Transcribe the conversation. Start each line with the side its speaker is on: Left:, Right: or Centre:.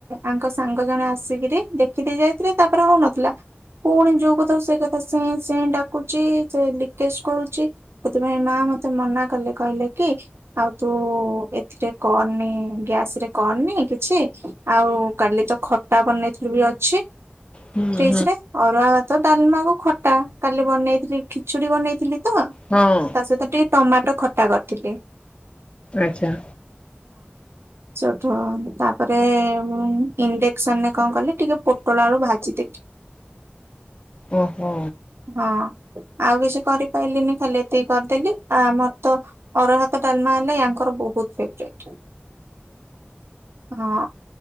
Right: ଆଙ୍କ ସାଙ୍ଗ ଜଣେ ଆସି ଦେଇକିରି ଦେଖିଦେଇ ଯାଇଥିଲେ ତାପରେ ହୋଉନଥିଲା। ପୁଣି ଯୋଉ କଥା ସେଇ କଥା ସେଁ ସେଁ ଡାକୁଛି ସେ ଲିକେଜ କରୁଛି ସେଥିପାଇଁ ମାଆ ମତେ ମନା କଲେ କହିଲେ କି ଆଉ ତୁ ଏଥିରେ କରନି ଗ୍ୟାସ ରେ କରନି। ନାଇଁ କିଛି ଆଉ କାଲି ତ ଖ କଟା ବନେଇଥିଲି ବି ଅଛି
Left: ହୁଁ
Right: ଫ୍ରିଜରେ
Left: ହୁଁ
Right: ଅରୁଆ ତ ଡାଲମାକୁ ଖଟା କାଲି ବନେଇଥିଲି ଖିଚୁଡି ବନେଇଥିଲି। ତ
Left: ହଁ।
Right: ତା ସହିତ ଟିକେ ଟମାଟୋ ଖଟା କରିଥିଲି।
Left: ଆଚ୍ଛା।
Right: ଚୋଟ ତାପରେ ଇଣ୍ଡେ ସନ୍‌ ରେ କଣ କଲେ ଟିକେ ପୋଟଳ ଆଳୁ ଭାଜିଦେଲି।
Left: ଓହୋ।
Right: ହଁ। ଆଉ କିଛି କରିପାରିଲିନି ଖାଲି ଏତିକି କରିଦେଲି ଆ ଆମର ତ ଅରୁଆ ଭାତ ଡାଲମା ହେଲା ୟାଙ୍କର ବୋହୁତ ଫେବୋରାଇଟ ହଁ